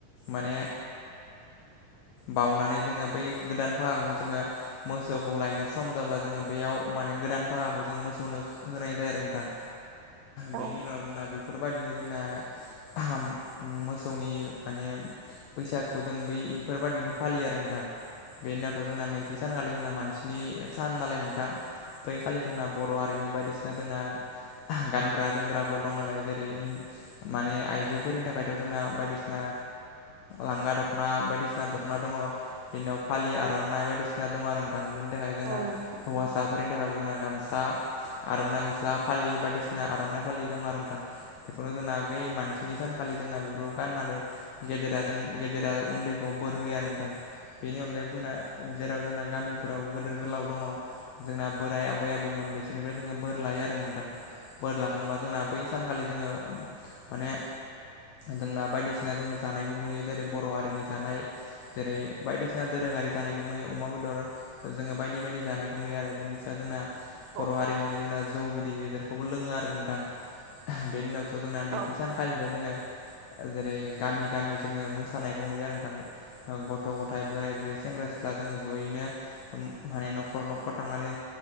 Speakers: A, on the left; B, on the right.
A: माने, बाउनानै जोङो बै गोदान भाखाखौ जोङो मोसौखौ लायनो सम जाब्ला जोङो बेयाव। माने गोदान भाखाखौ, जों मोसौनो होनाय जाया आरो नोंथां
B: औ
A: बेनि उनाव जोंना बेफोरबायदिनो जोंना, ओम मोसौनि माने, बैसागु जों बै इफोरबायदिनो फालियो आरो नोंथां। बे उनावथ' जोंना नैथि सानखालि जोंना मानसिनि सान नालाय नोंथां बैखालि जोंना। बर' हारिनि बायदिसिना जोंना। गानग्रा जोमग्राफोर दं नालाय जेरै माने आइजोफोरनि थाखायथ' जोंना बायदिसिना। लांगा द'खना बायदिसिना दखना दङ। बेनि उनाव फालि आरनाइ बायदिसिना दं आरो नोंथा बेनि थाखाय जोंना
B: औ नंगौ नोंथां
A: हौवासाफोरनि थाखायबो जोंना गाम सा। आरनाइ गस्ला फालि बायदिसिना आरनाइ फालि दं आरो नोंथां बेखौनो जोंना गै मानसि। बिनि सानखालि जोंना बेफोरखौ गाननानै गेदेरा जों गेदेरा उन्दैखौ बोर होयो आरो नोंथां। बेनि अनगायैबो जोंना जेराव जोंना गामिफोराव गिदोर गोलाव दङ जोंना बोराय आब बै आबौमोन बिसोरनिफ्राय जोङो बोर लायो आरो नोंथां बोर लाखांबा जोंना बै सानखालि जोङो। माने। जोंना बायदिसिना जोङो जानायखौ नुयो जेरै बर' हारिनि जानाय जेरै बायदिसिना दोरोङारि जानायखौ नुयो अमा बेदर जोङो बायदि बायदि जानायखौ नुयो आरो बेनिसा जोंना। बर'
B: औ
A: हारिनिनो जोंना जौ बिदै बेदरखौबो लोङो आरो नोंथां बे उनाव। थ' जोंना नैथि
B: औ
A: सानखालिबो जोङो। जेरै गामि गामि जोङो मोसानायखौ नुयो आरो नोंथां गथ' गथाय बोराइ बुरै सेंग्रा सि सिख्ला जोङो जयैनो माने न'खर न'खर थांनानै।